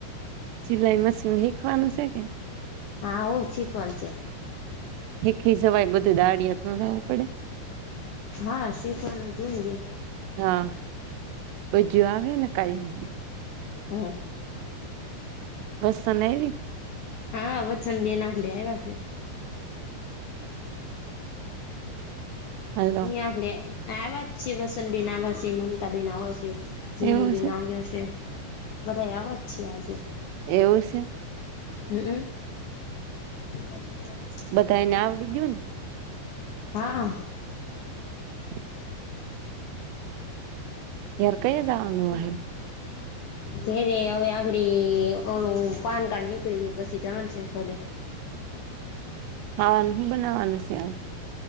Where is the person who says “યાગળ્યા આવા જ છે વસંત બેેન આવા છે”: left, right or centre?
Left